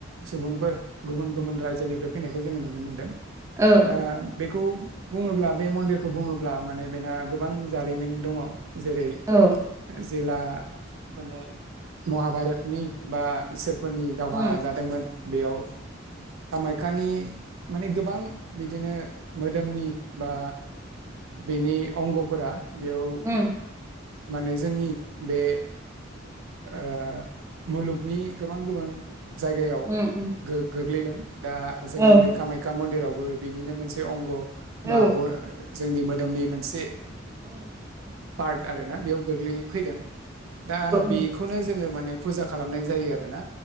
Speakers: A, on the right; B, on the right.
A: सुबुंफोर गुबुन गुबुन रायजोनिफ्राय फैनायखौ जोङो नुनो मोनदों
B: औ उम
A: दा बेखौ बुङोब्ला बे मन्दिरखौ बुङोब्ला माने बेना गोबां जारिमिन दङो जेरै ओ
B: औ
A: जेला मानि महाभारतनि बा इसोरफोरनि दावहा
B: उम
A: जादोंमोन बेयाव कामाख्यानि मानि गोबां बिदिनो मोदोमनि बा बेनि अंगफोरा बेयाव
B: उम
A: माने जोंनि बे ओ मुलुगनि गोबां गोबां जायगायाव
B: उम उम
A: गो गोग्लैदों दा जोंनि
B: औ
A: बे कामाख्या मन्दिरावबो बेनिनो मोनसे अंग ओ बा
B: औ
A: बो जोंनि मोदोमनि मोनसे
B: उम
A: पार्ट आरो ना बेयाव गोग्लै फैदों दा
B: औ उम
A: बे बेखौनो जोङो माने फुजा खालामनाय जायो आरोना